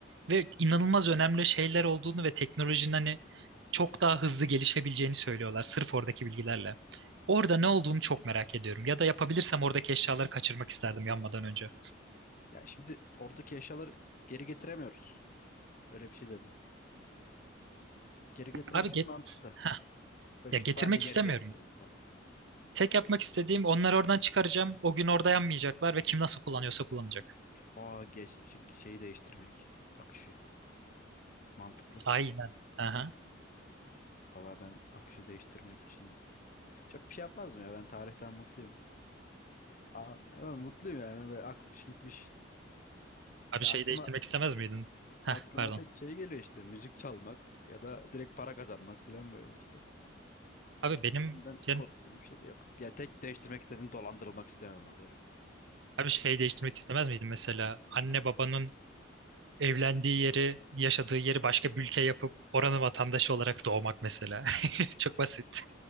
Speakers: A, on the right (about 65°); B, on the left (about 45°).
A: ve inanılmaz önemli şeyler olduğunu ve teknolojinin hani çok daha hızlı gelişebileceğini söylüyorlar sırf oradaki bilgilerle. Orada ne olduğunu çok merak ediyorum. Ya da yapabilirsem oradaki eşyaları kaçırmak isterdim yanmadan önce.
B: Ya şimdi oradaki eşyaları geri getiremiyoruz. Öyle bir şey dedin. Geri getirebilsek
A: Abi get
B: mantıklı.
A: Heh,
B: Böyle
A: ya
B: kütüphaneyi
A: getirmek istemiyorum.
B: geri geri getirmek falan.
A: Tek yapmak istediğim onları oradan çıkaracağım. O gün orada yanmayacaklar ve kim nasıl kullanıyorsa kullanacak.
B: Aa geç, şey- şeyi değiştirmek. Akışı. Mantıklı.
A: Aynen. Aha.
B: Valla ben akışı değiştirmek için çok bir şey yapmazdım ya. Ben tarihten mutluyum. Aa, ben mutluyum yani. Böyle akmış gitmiş.
A: Abi
B: Ya
A: şeyi
B: aklıma
A: değiştirmek istemez miydin? Heh
B: aklıma
A: pardon.
B: tek şey geliyor işte. Müzik çalmak ya da direkt para kazanmak falan böyle işte.
A: Abi
B: Geçmişimden
A: benim yani,
B: korktuğum bir şey de yok. Ya tek değiştirmek istediğim dolandırılmak istemem olur.
A: abi şeyi değiştirmek istemez miydin mesela anne babanın evlendiği yeri, yaşadığı yeri başka bir ülke yapıp oranın vatandaşı olarak doğmak mesela. <laughs> Çok basit.